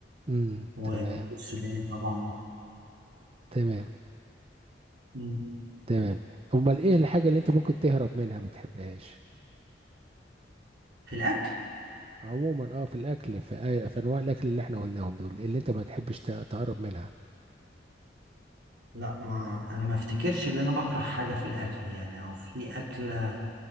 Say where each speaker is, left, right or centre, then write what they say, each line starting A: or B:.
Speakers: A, on the right (about 35°); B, on the right (about 75°).
A: امم
B: والسوداني
A: تمام
B: طبعا
A: تمام
B: مم.
A: تمام امال ايه الحاجة اللي انت ممكن تهرب منها ما تحبهاش
B: في الأكل
A: عموما اه في الاكل في, آي- في انواع الاكل اللي احنا قلناهم دول اللي انت ما تحبش ت- تقرب منها
B: لا ما أنا ما أفتكرش إن أنا بكره حاجة في الأكل يعني أو في أكلة